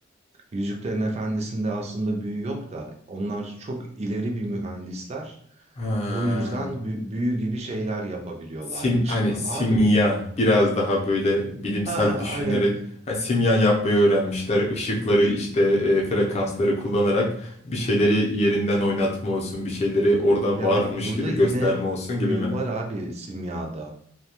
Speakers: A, on the right (about 35°); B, on the left (about 35°).
A: Yüzüklerin Efendisi'nde aslında büyü yok da onlar çok ileri bir mühendisler.
B: Ha,
A: O yüzden bü- büyü gibi şeyler yapabiliyorlarmış
B: sim hani
A: falan.
B: simya
A: Abi
B: biraz daha böyle bilimsel
A: ha
B: düşünerek
A: hani
B: ha, simya yapmayı öğrenmişler. Işıkları işte e, frekansları kullanarak bir şeyleri yerinden oynatma olsun, bir şeyleri orada
A: Ya
B: varmış
A: bak burada
B: gibi
A: yine
B: gösterme olsun
A: büyü
B: gibi mi?
A: var abi simyada.